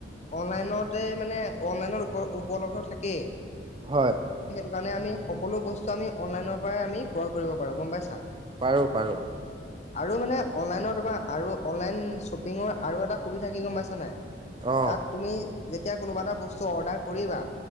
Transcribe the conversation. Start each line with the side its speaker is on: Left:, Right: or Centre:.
Left: অনলাইনতে মানে অনলাইনত উপ উপলব্ধ থাকেই
Right: হয়
Left: সেইকাৰণে আমি সকলো বস্তু আমি অনলাইনৰ পৰাই আমি ক্ৰয় কৰিব পাৰোঁ গম পাইছা
Right: পাৰো পাৰো
Left: আৰু মানে অনলাইনৰ তম আৰু অনলাইন শ্বপিঙৰ আৰু এটা সুবিধা কি গম পাইছ নাই
Right: অ
Left: তাত তুমি যেতিয়া কোনোবা এটা বস্তু অৰ্ডাৰ কৰিবা